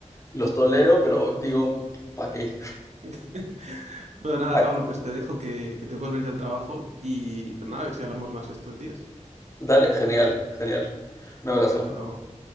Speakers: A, on the left; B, on the right.
A: los tolero, pero digo, ¿para qué?
B: <laughs> Bueno, nada,
A: Ah,
B: Pablo, pues te dejo que, que te vuelves ya al trabajo y, pero nada, a ver si hablamos más estos días.
A: Dale, genial, genial. Un
B: Venga,
A: abrazo.
B: hasta luego.